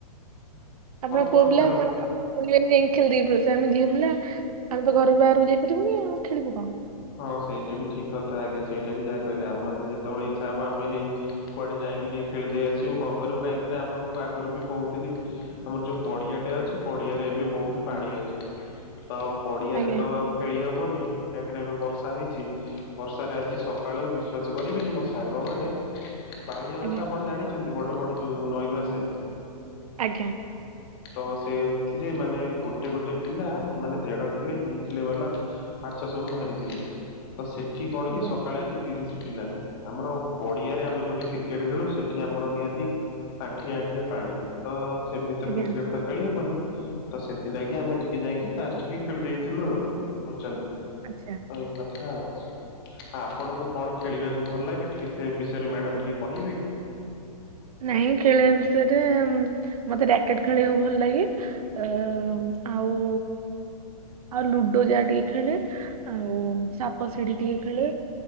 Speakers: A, on the right; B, on the left.
A: ଆପଣ
B: କଣ
A: କୋବଲା
B: ଖେଳନ୍ତି?
A: <inaudible> <unintelligible> ଯାଇକି ଖେଳି ଦେଇ ପଳେଇ ଆସୁ ଆମେ ଝିଅ ପିଲା ଆମେ ତ ଘରୁ ବାହାରକୁ ଯାଇ ପାରିବୁନି ଆଉ ଖେଳିବୁ କଣ।
B: ହଁ ସେଇଟା ବି ଠିକ କଥା ଆଜ୍ଞା ସେଇଟା ବି ଯାହା କହିଲେ ଆମର ତ ଯେତେବେଳେ ଇଚ୍ଛା ହବ ଆମେ ହେଇ। କୁଆଡେ ଯାଇକି ଟିକେ ଖେଳିଦେଇ ଆସିବୁ କଣ କରିବୁ କାହିଁକି ନା ଆପଣଙ୍କୁ ଆଗରୁ ବି କହୁଥିଲି। ଆମର ଯୋଉ ପଡିଆଟେ ଅଛି ପଡିଆରେ ଏବେ ବହୁତ ପାଣି ଅଛି। ତ ପଡିଆରେ
A: ଆଜ୍ଞା
B: ତ ଆଉ ଖେଳି ହବନି କାହିଁକିନା ଏବେ ବର୍ଷା ହେଇଛି ବର୍ଷାରେ ଆଜି ସକାଳୁ ବିଶ୍ଵାସ କରିବେନି ମୋ ସାଙ୍ଗ ମାନେ। ବାଳିଆ
A: ଆଜ୍ଞା
B: ମାଛ ଆପଣ ଜାଣିଛନ୍ତି ବଡ ବଡ ଯୋଉ ନଈରୁ ଆସେ?
A: ଆଜ୍ଞା।
B: ତ ସେଥିରେ ମାନେ ଗୋଟେ ଗୋଟେ ପିଲା ମାନେ ଦେଢ କିଲେ, ଦି କିଲେ ବାଲା। ମାଛ ସବୁ ଧରିଥିଲେ ତ ସେଠି କଣ
A: ଆଜ୍ଞା
B: କି ସକାଳେ ଆଜି। ତିରିଶ ପିଲା ଆମର ପଡିଆରେ ଆମେ ଯୋଉଠି କ୍ରିକେଟ ଖେଳୁ ସେଠି ଆମର ନିହାତି। ଆଣ୍ଠିଏ ଆଣ୍ଠିଏ ପାଣି ତ ସେମିତି ତ
A: ଆଜ୍ଞା
B: କ୍ରିକେଟ ତ ଖେଳି ହବନି। ତ ସେଥିଲାଗି ଆମେ ଟିକେ ଯାଇକି ତାସ ଟିକେ ଖେଳିଦେଇଥିଲୁ ଆଉ ବୁଝୁଛ
A: ଆଚ୍ଛା।
B: ଏଇ କଥା ଆଉ ଆ ଆପଣଙ୍କୁ। କଣ ଖେଳିବାକୁ ଭଲ ଲାଗେ ଟିକେ ସେ ବିଷୟରେ ମ୍ୟାଡ଼ାମ ଟିକେ କହିବେ କି?
A: ନାଇଁ ଖେଳିବା ବିଷୟରେ ଉଁ ମତେ ରାକେଟ ଖେଳିବାକୁ ଭଲ ଲାଗେ। ଏମ ଆଉ। ଆଉ ଲୁଡୋ ଯାହା ଟିକେ ଖେଳେ ଆଉ ସାପ ସିଢି ଟିକେ ଖେଳେ।